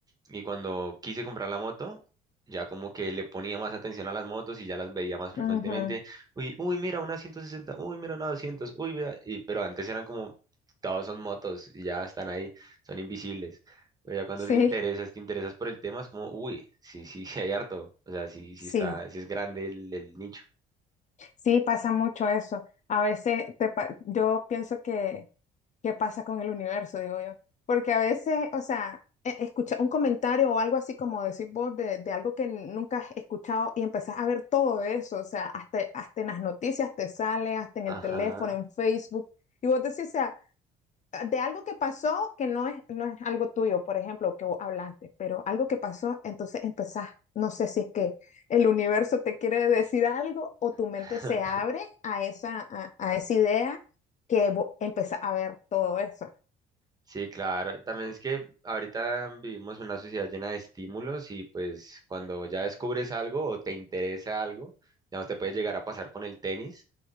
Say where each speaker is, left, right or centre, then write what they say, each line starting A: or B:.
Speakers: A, on the right (about 20°); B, on the left (about 45°).
A: y cuando quise comprar la moto, ya como que le ponía más atención a las motos y ya las veía más frecuentemente.
B: Ujú.
A: Uy, uy, mira una ciento sesenta uy, mira una doscientos uy, vea. Y, pero antes eran como, todos son motos y ya están ahí, son invisibles. Pero ya cuando
B: Sí,
A: te interesas, te interesas por el tema, es como, uy, sí, sí, <laughs> sí hay harto. O sea, sí, sí
B: sí,
A: está, sí es grande el, el nicho.
B: sí, pasa mucho eso. A veces te pa- yo pienso que qué pasa con el universo, digo yo. Porque a veces, o sea, e- escucha un comentario o algo así como decir vos de, de algo que nunca has escuchado y empezás a ver todo eso, o sea, hasta, hasta en las noticias te sale, hasta en
A: Ajá.
B: el teléfono, en Facebook, y vos decís, o sea, ah, de algo que pasó que no es, no es algo tuyo, por ejemplo, que vos hablaste, pero algo que pasó, entonces empezás, no sé si es que el universo te quiere decir algo o tu mente
A: <laughs>
B: se abre a esa, a, a esa idea que vos empezás a ver todo eso.
A: Sí, claro. También es que ahorita vivimos en una sociedad llena de estímulos y pues cuando ya descubres algo o te interesa algo, digamos, te puede llegar a pasar con el tenis,